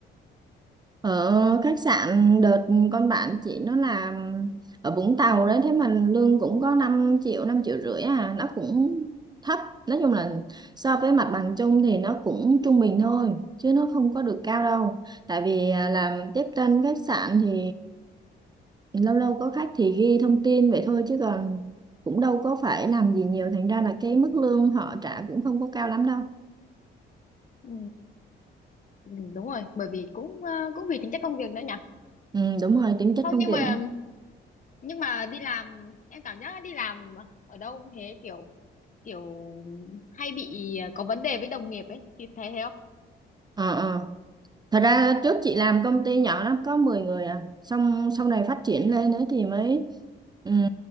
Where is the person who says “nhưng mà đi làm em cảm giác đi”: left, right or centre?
Left